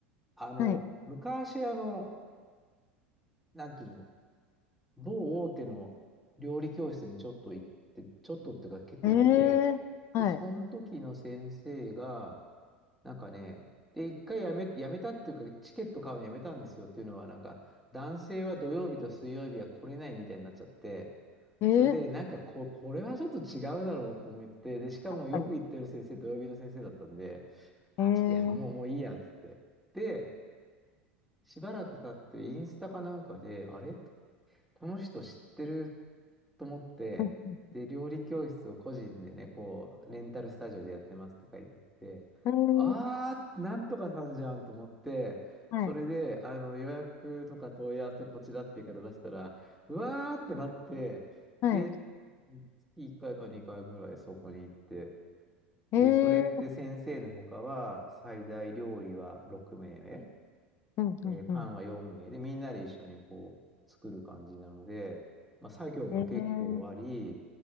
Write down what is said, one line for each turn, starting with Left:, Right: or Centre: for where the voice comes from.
Centre: あの、
Left: はい。
Centre: 昔、あの、なんていうの、某大手の料理教室にちょっと行って、ちょっとっていうか結構行ってて、
Left: ええーはい。
Centre: で、その時の先生が、なんかね、で、一回やめ、やめたっていうか、チケット買うのやめたんですよっていうのは、なんか、男性は土曜日と水曜日は来れないみたいになっちゃって、
Left: ええー
Centre: それで、なんかこ、これはちょっと違うだろうと思って、で、しかもよく行ってる先生、
Left: 確かに。
Centre: 土曜日の先生だったんで、あ、
Left: ええー
Centre: ちょっといや、もう、もういいや、つって。で、しばらく経って、インスタかなんかで、あれこの人知ってると思って、
Left: うん
Centre: で、料理教室を個人でね、こう、レンタルスタジオでやってますって書いてあって、
Left: えー
Centre: あー、なんとかさんじゃんと思って、
Left: はい。
Centre: それで、あの、予約とか問い合わせこちらっていうから出したら、うわーってなって、
Left: はい。
Centre: で、月1回か2回ぐらいそこに行って、で、
Left: ええ
Centre: それって先生の他は、最大料理は6名目。
Left: ーうんうんうん。
Centre: えーパンは4名で、みんなで一緒にこう、作る感じなので、まあ、作業も結構あり、
Left: ええー